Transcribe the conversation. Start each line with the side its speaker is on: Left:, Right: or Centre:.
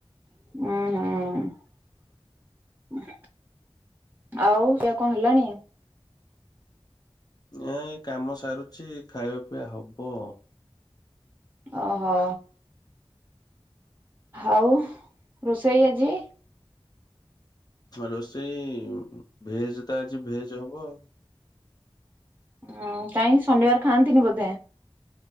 Right: ଅଁ, ହଁ। ଆଉ ସେଇଆ କଣ ହେଲାଣି?
Left: ନାଇଁ କାମ ସାରୁଛି ଖାଇବା ପିଇବା ହବ।
Right: ଓହୋ, ଆଉ ରୋଷେଇ ଆଜି?
Left: ରୋଷେଇ ଭେଜ୍ ତ ଆଜି ଭେଜ୍ ହବ।
Right: ଅଁ, କାଇଁ ଶନିବାର ଖାଆନ୍ତିନି ବୋଧେ?